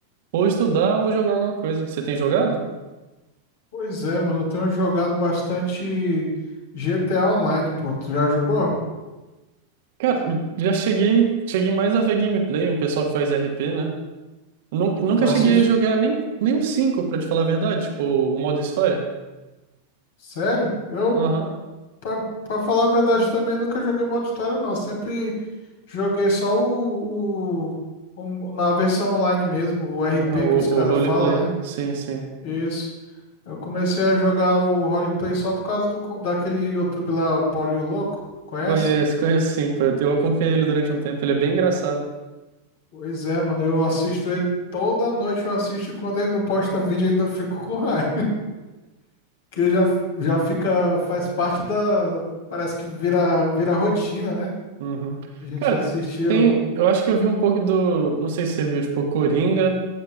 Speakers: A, on the right; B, on the left.
A: ou estudar ou jogar alguma coisa. Você tem jogado?
B: Pois é, mano, eu tenho jogado bastante GTA Online, pô. Tu já jogou?
A: Cara, já cheguei, cheguei mais a ver gameplay, um pessoal que faz RP, né? Nun- Nunca
B: Tu assiste?
A: cheguei a jogar nem, nem o 5 pra te falar a verdade, tipo, o modo história.
B: Sério? Eu,
A: Aham,
B: pra, pra falar a verdade, também nunca joguei modo história, não. Eu sempre joguei só o, o, o- na versão online mesmo, o RP
A: aham, o,
B: que os caras
A: o roleplay,
B: falam, né?
A: sim, sim.
B: Isso. Eu comecei a jogar o roleplay só por causa do, co- daquele YouTube lá, o Paulinho Louco. Conhece?
A: Conheço, conheço sim, pô. eu acompanhei ele durante um tempo, ele é bem engraçado.
B: Pois é, mano, eu assisto ele toda noite, eu assisto e quando ele não posta <laughs> vídeo, ainda fico com raiva. que já, já fica, faz parte da, parece que vira, vira rotina, né?
A: Uhum.
B: A gente
A: Cara,
B: assistiu.
A: tem. Eu acho que eu vi um pouco do. Não sei se você viu, tipo, Coringa.